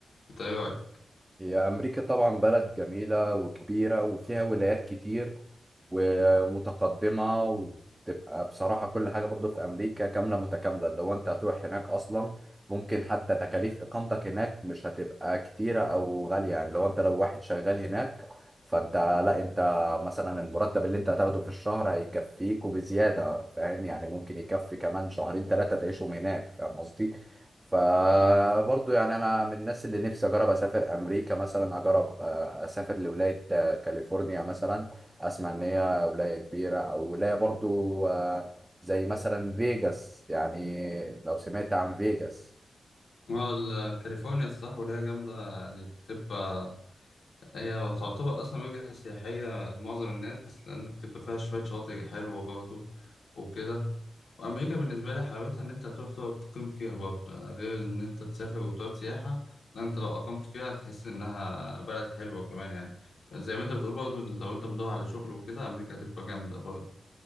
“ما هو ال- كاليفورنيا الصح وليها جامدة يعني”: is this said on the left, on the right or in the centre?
Left